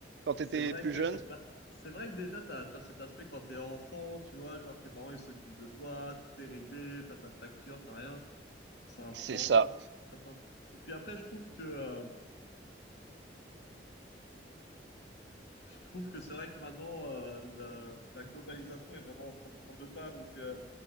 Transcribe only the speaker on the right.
quand t'étais
plus
jeune?
C'est
ça.